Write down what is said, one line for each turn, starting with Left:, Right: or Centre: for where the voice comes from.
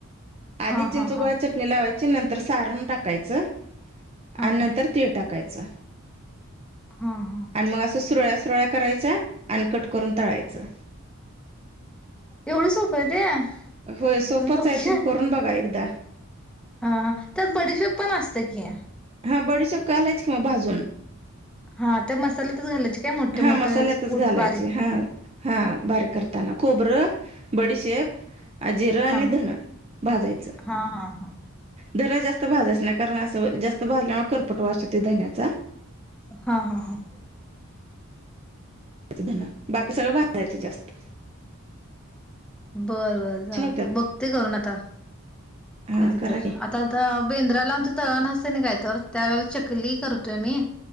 Right: आधी
Centre: हा
Right: चिंचगोळा
Centre: हा हा हा
Right: चटणी लावायची नंतर सारण टाकायचं
Centre: हा
Right: आणि नंतर तीळ टाकायच
Centre: हा
Right: आणि मग असं सुरळ सोळ करायच्या अलकट करून तळायचं
Centre: एवढं सोपं आहे ते
Right: होय
Centre: हा
Right: सोपंच आहे तुम्ही करून बघा एकदा
Centre: हा त्यात बडीफेप पण असते की
Right: हा बडी सोब कालेच की म बाजून
Centre: हा त्या मसाल्यातच घालायचे काय मोठे
Right: हा
Centre: मोठे
Right: मसाल्यातच
Centre: कुट
Right: घालायचे
Centre: बारीक
Right: हा हा बारी कर ताना खोबरं बडीशेप, जिरं आणि
Centre: हा
Right: धन भाजायचं.
Centre: हा हा हा
Right: धन जास्त भाजायचा नाही, कारण असं जास्त भाजल्यामुळे करपट वास येतोय धण्याचा
Centre: हा. हा. हा.
Right: च धन बाकी सगळं भाजायचं जास्त
Centre: बरं बरं चालते.
Right: छान होतात
Centre: बघते करून आता
Right: हा
Centre: कधी
Right: करा
Centre: तर.
Right: की
Centre: आता, आता बेंद्राला आमच तळण असं नाही काय तर, त्यावेळेला चकली करतोय मी.